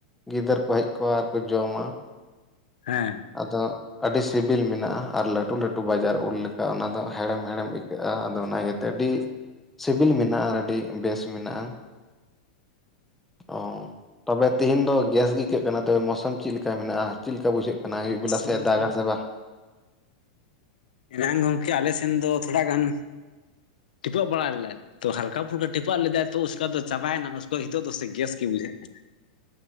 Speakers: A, in the centre; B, on the left (about 85°).
A: ᱜᱤᱫᱟᱹᱨ ᱠᱚ ᱦᱮᱡ ᱠᱚᱜᱼᱟ ᱟᱨ ᱠᱚ ᱡᱚᱢᱟ
B: ᱦᱮᱸ
A: ᱟᱫᱚ ᱟᱹᱰᱤ ᱥᱤᱵᱤᱞ ᱢᱮᱱᱟᱜᱼᱟ ᱟᱨ ᱞᱟᱹᱴᱩ ᱞᱟᱹᱴᱩ ᱵᱟᱡᱟᱨ ᱩᱞ ᱞᱮᱠᱟ ᱚᱱᱟ ᱫᱚ ᱦᱮᱲᱮᱢ ᱦᱮᱲᱮᱢ ᱟᱹᱭᱠᱟᱹᱜᱼᱟ ᱟᱫᱚ ᱚᱱᱟ ᱤᱭᱟᱹᱛᱮ ᱟᱹᱰᱤ ᱥᱤᱵᱤᱞ ᱢᱮᱱᱟᱜᱼᱟ ᱟᱹᱰᱤ ᱵᱮᱥ ᱢᱮᱱᱟᱜᱼᱟ ᱚ ᱛᱚᱵᱮ ᱛᱦᱮᱧ ᱫᱚ ᱜᱮᱥ ᱜᱮ ᱟᱹᱭᱠᱟᱹᱜ ᱠᱟᱱᱟ ᱛᱚᱵᱮ ᱢᱳᱥᱚᱢ ᱪᱮᱫᱮ ᱞᱮᱠᱟ ᱢᱮᱱᱟᱜᱼᱟ ᱪᱮᱫ ᱞᱮᱠᱟ ᱵᱩᱡᱷᱟᱹᱜ ᱠᱟᱱᱟ ᱟᱭᱵ
B: ᱢᱳᱥᱚᱢ
A: ᱵᱤᱞᱟ ᱥᱮ ᱫᱟᱜᱽᱪ
B: ᱫᱚ
A: ᱥᱮ ᱵᱟ
B: ᱮᱱᱟᱝ ᱜᱚᱢᱠᱮ ᱟᱞᱮ ᱥᱮᱱ ᱫᱚ ᱛᱷᱚᱲᱟ ᱜᱟᱱ ᱴᱤᱯᱟᱹᱜ ᱵᱟᱲᱟ ᱞᱮᱫᱟᱭ᱾ ᱛᱚ ᱦᱟᱞᱠᱟ ᱯᱷᱩᱞᱠᱟ ᱴᱤᱯᱟᱹᱜ ᱞᱮᱫᱟᱭ ᱛᱚᱥᱠᱟ ᱫᱚ ᱪᱟᱵᱟᱭᱮᱱᱟ ᱦᱤᱛᱚᱜ ᱫᱚ ᱥᱮ ᱜᱮᱥ ᱜᱮ ᱵᱩᱡᱷᱟᱹᱜ ᱠᱟᱱᱟ